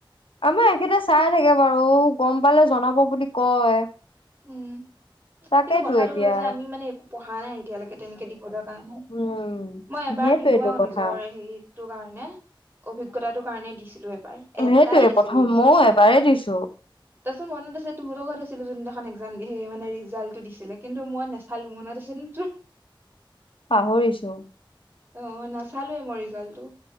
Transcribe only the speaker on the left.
আমাৰ এখেতে চাই থাকে বাৰু গম পালে জনাব বুলি কয়।
তাকেইতো
এতিয়া
উম
সেইটোয়েইটো
কথা
উম সেইটোৱে
প্ৰথম ময়ো এবাৰেই দিছোঁ।
পাহৰিছোঁ।